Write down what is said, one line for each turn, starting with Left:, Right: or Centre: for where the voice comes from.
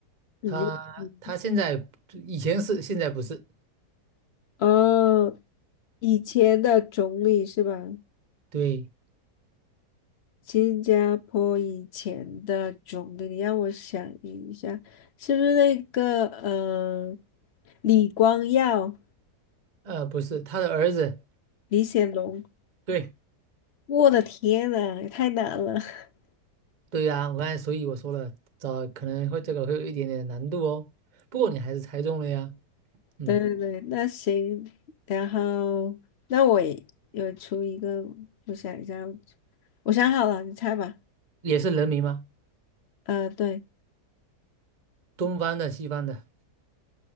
Left: 你嗯
Right: 他他现在以前是，现在不是。
Left: 哦，以前的总理是吧？
Right: 对，
Left: 新加坡以前的总理，你让我想一下，是不是那个呃，李光耀、
Right: 呃，不是他的儿子。
Left: 李显龙？
Right: 对，
Left: 我的天呐，也太难了。<laughs>
Right: 对呀，我刚才所以我说了，找可能会这个会有一点点难度哦。不过你还是猜中了呀，嗯，
Left: 对对对，那行，然后那我也有出一个，我想一下，我想好了，你猜吧。
Right: 也是人名吗？
Left: 呃，对，
Right: 东方的、西方的，